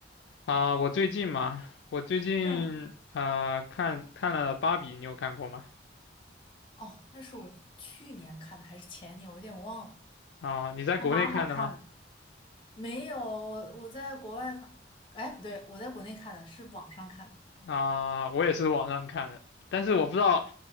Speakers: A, on the left (about 65°); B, on the left (about 30°).
A: 啊、我最近嘛，我最近呃看看了《芭比》，
B: 对，
A: 你有看过吗？
B: 哦，那是我去年看的还是前年，我有点忘了。
A: 啊、你在国内看的吗？
B: 还蛮好看的。没有，我我在国外看，哎，不对，我在国内看的是网上看的。
A: 啊、我也是网上看的，但是我不知道，